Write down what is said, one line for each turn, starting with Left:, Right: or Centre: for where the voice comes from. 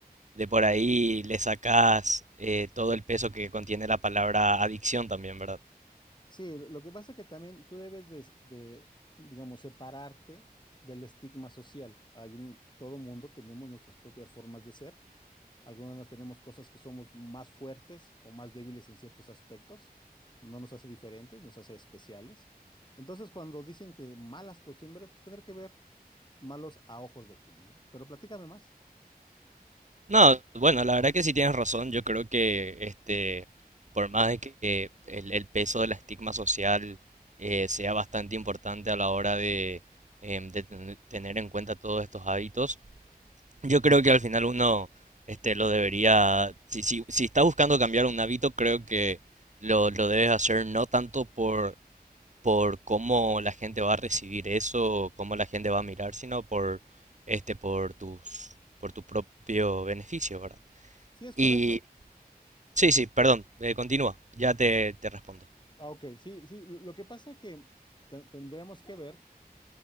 Right: de por ahí le sacas eh, todo el peso que contiene la palabra adicción también, ¿verdad?
Left: Sí, lo lo que pasa es que también tú debes de, s- de, digamos, separarte del estigma social. Hay un, todo mundo tenemos nuestras propias formas de ser Algunas tenemos cosas que somos más fuertes o más débiles en ciertos aspectos. No nos hace diferentes, nos hace especiales. Entonces, cuando dicen que malas costumbres, pues tendrá que ver malos a ojos de quién, ¿no? Pero platícame más.
Right: No, bueno, la verdad que sí tienes razón. Yo creo que este, por más de que el, el peso del estigma social eh, sea bastante importante a la hora de, em, de ten- tener en cuenta todos estos hábitos, yo creo que al final uno este, lo debería, si, si, si está buscando cambiar un hábito, creo que lo, lo debes hacer no tanto por, por cómo la gente va a recibir eso, cómo la gente va a mirar, sino por, este, por tus, por tu propio beneficio, ¿verdad?
Left: Sí, es correcto.
Right: Y sí, sí, perdón, eh, continúa, ya te, te respondo.
Left: Ah, ok, sí, sí. Lo lo que pasa que te- tendremos que ver